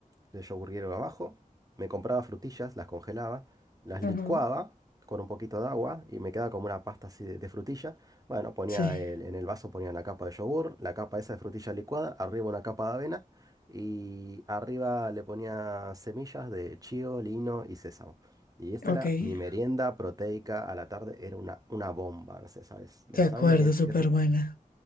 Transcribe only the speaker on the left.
<laughs>
Ujú.
Sí,
ok,
de
acuerdo,
súper
buena.